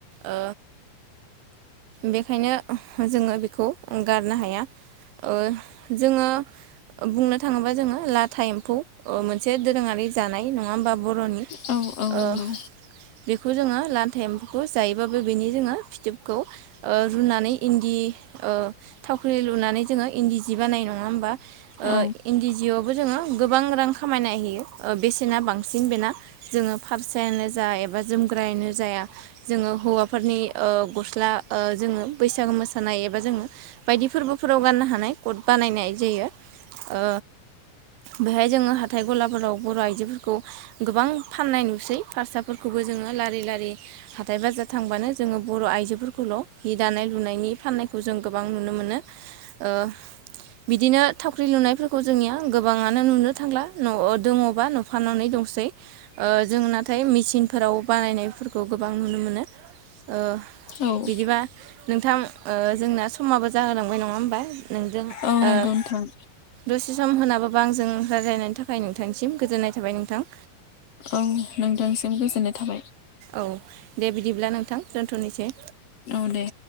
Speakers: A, on the right; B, on the left.
A: ओ बेखायनो जोङो बेखौ गारनो हाया। ओ जोङो बुंनो थाङोबा जोङो लाथा एम्फौ मोनसे दोरोङारि जानाय नङा होमबा बर'नि
B: औ औ नंगौ
A: ओ बेखौ जोङो लानथा एम्फौखौ जायोबाबो बेनि जोङो फिथोबखौ रुनानै इन्दि ओ थावख्रि लुनानै जोङो इन्दि सि बानायो नङा हबा ओ
B: औ
A: इन्दिजियाव बो जोङो गोबां रां खामायनाय होयो बेसेना बांसिन बेना। जोङो फारसायानो जा एबा जोमग्रायानो जाया जोङो हौवाफोरनि ओ गस्ला जोङो बैसागो मोसानाय एबा जोङो बायदि फोरबोफोराव गाननो हानाय कट बानायनाय जायो। ओ बेहाय जोङो हाथाय गलाफोराव बर' आइजोफोरखौ गोबां फाननाय नुसै। हारसाफोरखौबो जोङो लारि लारि हाथाय बाजार थांबानो जोङो बर' आइजोफोरखौल' जि दानाय लुनायनि फाननायखौ जों गोबां नुनो मोनो ओ बिदिनो थावख्रि लुनायफोरखौ जोंनिया गोबाङानो नुनो थांला न' दङबा नुफा ननै दं सै जों नाथाय मेसिन फोराव बानायनायफोरखौ गोबां नुनो मोनो ओ
B: औ नंगौ औ
A: बिदिबा नोंथां ओ जोंना समाबो जाहोलांबाय नङा होमबा नोंजों
B: औ
A: ओ
B: नोंथां
A: दसे सम होनाबाबो आंजों रायज्लायनायनि थाखाय नोंथांनिसिम गोजोननाय थाबाय नोंथां
B: औ नोंथांसिम गोजोननाय थाबाय
A: औ दे बिदिब्ला नोंथां दोनथ'नोसै।
B: औ दे।